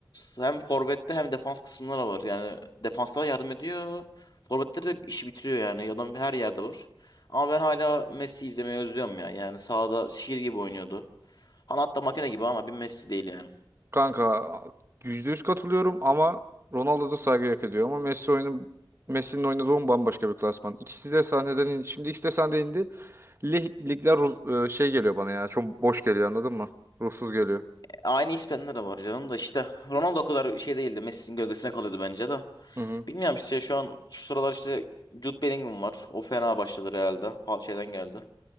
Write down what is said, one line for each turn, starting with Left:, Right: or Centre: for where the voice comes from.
Left: hem forvette hem defans kısımlara var. Yani defanslara yardım ediyor. Forvetleri de işi bitiriyor yani. Adam her yerde var. Ama ben hala Messi izlemeyi özlüyorum ya. Yani sahada şiir gibi oynuyordu. Hani hatta makine gibi ama bir Messi değil yani.
Right: Kanka %100 katılıyorum ama Ronaldo da saygı hak ediyor ama Messi oyunu Messi'nin oynadığı oyun bambaşka bir klasman. İkisi de sahneden indi. Şimdi ikisi de sahneden indi. Lig, ligler ru- e, şey geliyor bana ya. Çok boş geliyor anladın mı? Ruhsuz geliyor.
Left: Aynı İspanyollar da var canım da işte. Ronaldo o kadar şey değildi. Messi'nin gölgesine kalıyordu bence de.
Right: Hı hı.
Left: Bilmiyorum işte şu an şu sıralar işte Jude Bellingham var. O fena başladı Real'de. Hal şeyden geldi.